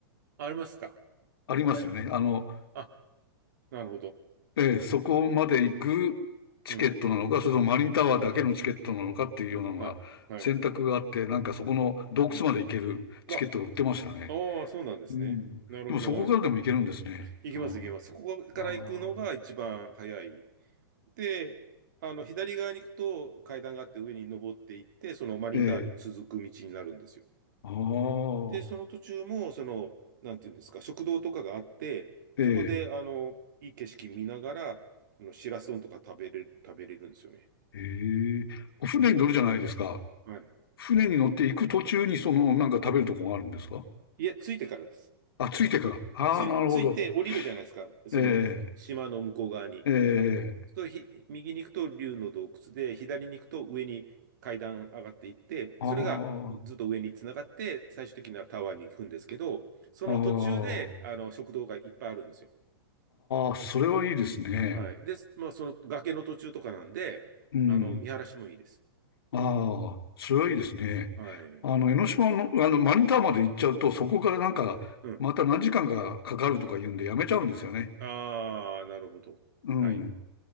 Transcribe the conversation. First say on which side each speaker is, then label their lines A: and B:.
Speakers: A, on the right; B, on the left.
A: ありますか。
B: ありますよね。
A: 大丈夫ですか。
B: あの、
A: あ、なるほど。
B: ええ、そこまで行くチケットなのか、
A: うん。
B: それともマリンタワーだけのチケットなのかっていうようなのが選択があって、
A: はい、はい。
B: なんかそこの洞窟まで行けるチケットが売ってましたね。
A: うん。あ、ああ、そうなんですね。
B: うん。
A: なるほど、
B: でもそこからでも行けるんですね。
A: なるほど。行きます、
B: あ
A: 行きます。そこから行くのが一番早い。
B: あ、ああ、
A: で、あの、左側に行くと階段があって上に登っていって、そのマリンタワーに続く道になるんですよ。
B: ええ、ああ、
A: で、その途中も、その、なんていうんですか、食堂とかがあって、そこで、
B: ええ。
A: あの、いい景色見ながら、あの、しらす丼とか食べれる、食べれるんですよね。
B: ええこう船に乗るじゃないですか。
A: はい。
B: 船に乗って行く途中にその、なんか食べるとこがあるんですか
A: いや、着いてからです。
B: あ、ついてから。ああ、
A: あ、つい、
B: なるほど。
A: 着いて降りるじゃないですか。その、
B: え
A: 島の向こう側に。
B: え、ええ、
A: そうするとひ右に行くと竜の洞窟で、左に行くと上に階段上がっていって、
B: ああ、
A: それがずっと上につながって、最終的にはタワーに行くんですけど、その途中で、
B: ああ、
A: あの、食堂がいっぱいあるんですよ。
B: ああ、それはいいですね。
A: はい。で、まあ、その崖の途中とかなんで、
B: うん。
A: あの、見晴らしもいいです。
B: ああ、それはいいですね。
A: はい。
B: あの、江ノ島の、あの、マリンタワーまで行っちゃうと、そこからなんか、
A: うん。
B: また何時間かかかるとか言うんでやめちゃうんですよね。
A: ああ、なるほど。
B: うん。
A: はい。